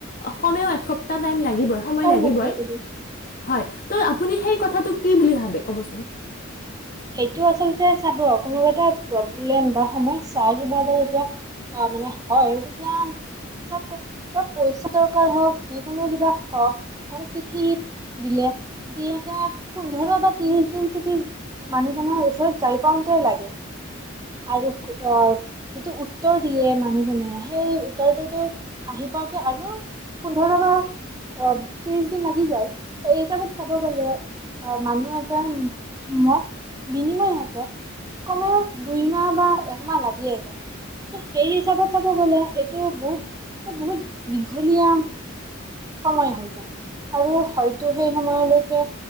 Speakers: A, on the left; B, on the right.
A: অ', কমেও এসপ্তাহ টাইম লাগিবই। সময়
B: হয়
A: লাগিবই,
B: হয়
A: হয় ত' আপুনি সেই কথাটো কি বুলি ভাবে ক'বচোন?
B: সেইটো আচলতে চাব কোনোবা এটা প্ৰব্লেম বা সমস্যা কিবা এটা যেতিয়া অ', মানে হয় তেতিয়া চাওঁক আক বা পইচা দৰকাৰ হওঁক যিকোনো কিবা হওঁক আৰু মানে চিঠি দিলে, দিয়াতে পোন্ধৰ বা ত্ৰিশ দিন যদি মানুহজনৰ ওচৰত যাই পাওঁতেই লাগে আৰু অহ যিটো উত্তৰ দিয়ে মানুহজনে সেই উত্তৰটোতো আহি পাওঁতে আৰু পোন্ধৰ বাৰ অ'। ত্ৰিশ দিন লাগি যায় সেই হিচাপত চাব গ'লে অহ, মানুহ এটাই মদ বিনিময় হওঁতে কমেও দুইমাহ বা একমাহ লাগিয়ে যায়। ত' সেই হিচাপত চাব গ'লে এইটো বহুত বহুত দীঘলীয়া সময় হৈ যায় আৰু হয় টো সেই সময়লৈকে